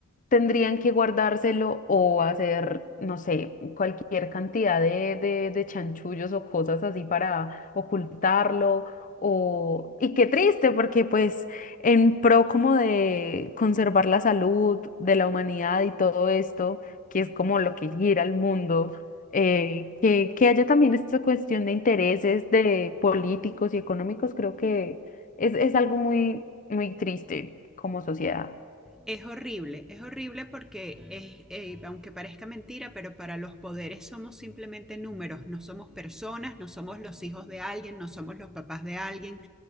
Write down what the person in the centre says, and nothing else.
Es horrible, es horrible porque es, eh, aunque parezca mentira, pero para los poderes somos simplemente números, no somos personas, no somos los hijos de alguien, no somos los papás de alguien,